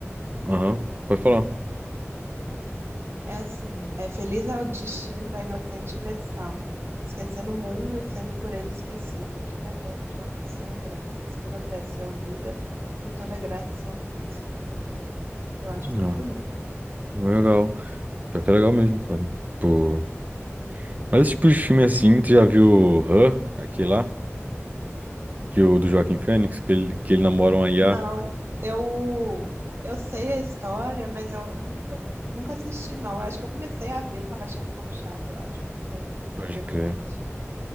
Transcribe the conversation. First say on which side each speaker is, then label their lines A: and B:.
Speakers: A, on the right; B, on the right.
A: Aham, pode falar.
B: É assim, é feliz é o destino da inocente vestal, esquecendo o mundo e sendo por ele esquecida, brilho eterno de uma mente sem lembranças, toda prece é ouvida e toda graça se alcança. Eu acho
A: Não,
B: muito bonito.
A: não é legal. Pior que é legal mesmo, cara. Pô. Mas esse tipo de filme assim, tu já viu Her, aquele lá? Que o do Joaquim Fênix, que ele, que ele namora uma IA.
B: Não, eu eu sei a história, mas eu nunca nunca assisti não. Eu acho que eu comecei a ver, tava achando um pouco chato, eu acho. Não sei
A: Pode
B: por que
A: crer.
B: que eu não assisti.